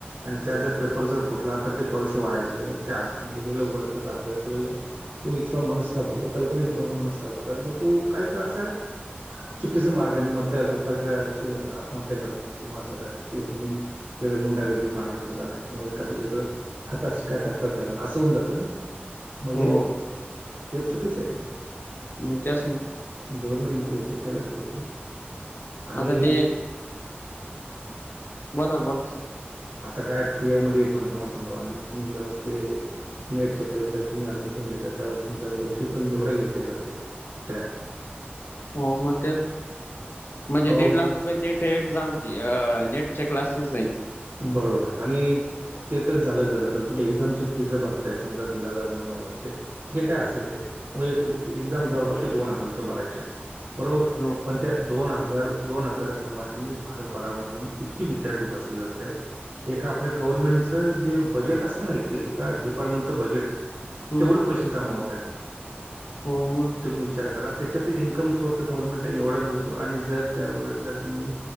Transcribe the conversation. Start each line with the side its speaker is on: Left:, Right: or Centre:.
Right: आणि त्या जर पेपर जर फुटला तर ते वर्ष वाया गेलं त्या गेलं वर्षाचा अभ्यास केलेला. तू इतका मनस्ताप होतो कल्पनेचे भर मनस्ताप होतो आणि मग तू काय त्रास आहे. चुकीचे मार्गानी आणि मग स्वतःच्या आत्महत्या करण किंवा असं काय ते नवीन. गुंडागर्दी मार्गाकडे जाणं किंवा वेगळं. हातात शिकायच हातात धरण असं होऊन जातं ना म्हणजे
Left: हो
Right: ते चुकीच आहे ना ते.
Left: मग त्याच ना.
Right: गव्हर्नमेंट ने याचा विचार केलाच पाहिजे ना. आणि
Left: आता ते
Right: तु-
Left: बोला ना बोला.
Right: आता काय फियामध्ये पण तुम्हाला सांगतो आणि मी तुम्ही जेवस्ते नेटच्या परीक्षेला तुम्ही ऍडमिशन घेता त्यावेळेस तुमच्याकडन फी पण तेवढे घेतली जाते. तर.
Left: हो मग तेच म्हणजे
Right: अहो
Left: दीड लाख. नेट आहे एक्झामची अ नेट चे क्लासेस आहे.
Right: बरोबर आहे आणि ते तरच झालं झालं पण तुम्ही एक्झामची फी ज भरताय समजा दीड हजार दोन हजारचे. जे काय असेल ते मग एक्झाम ठकी दोन हजार रुपये भरायचे आहेत बरोबर.
Left: हो.
Right: पण त्या दोन हजार दोन हजाराप्रमाणे भारतभरामधून किती विद्यार्थी बसले अस. ए आपल्या गव्हर्नमेंटचं जे असतं ना डिपार्टमेंटचं बजेट.
Left: हम्म
Right: तेवढं पैसे जमा होत आहेत.
Left: हो मग.
Right: तुम्ही विचार करा त्याच्यात इन्कम सोर्स गव्हर्नमेंटला एवढा मिळतो आणि जर त्या वळेस जर तुम्ही